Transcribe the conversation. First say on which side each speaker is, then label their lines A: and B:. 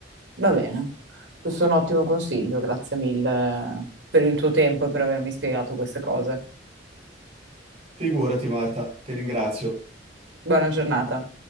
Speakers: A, on the right; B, on the right.
A: va bene. Questo è un ottimo consiglio, grazie mille per il tuo tempo e per avermi spiegato queste cose.
B: Figurati Marta, ti ringrazio.
A: Buona giornata.